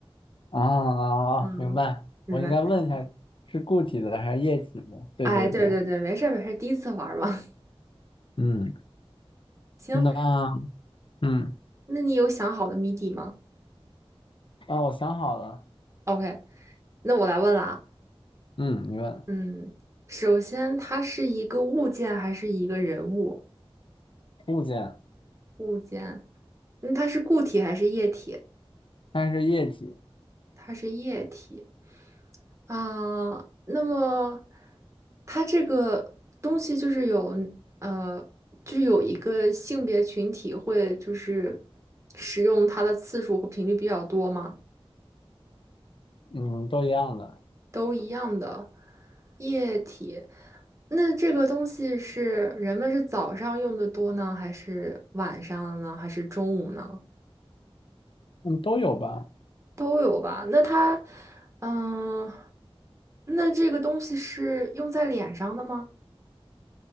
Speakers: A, on the left; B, on the right.
A: 啊啊啊！
B: 嗯，
A: 明白，
B: 明白。
A: 我应该问一下是固体的还是液体的？对对对，
B: 哎，对对对，没事儿没事儿，第一次玩儿嘛。<laughs>
A: 嗯，
B: 行，
A: 那嗯
B: 那你有想好的谜底吗
A: 啊，我想好了，
B: ？OK，那我来问了啊。
A: 嗯，你问
B: 嗯，首先它是一个物件还是一个人物？
A: 物件，
B: 物件，嗯，它是固体还是液体？
A: 但是液体，
B: 它是液体。啊、那么它这个东西就是有呃，就是有一个性别群体会就是使用它的次数和频率比较多吗？
A: 嗯，都一样的，
B: 都一样的液体。那这个东西是人们是早上用的多呢，还是晚上呢，还是中午呢？
A: 嗯，都有吧？
B: 都有吧？那它，嗯，那这个东西是用在脸上的吗？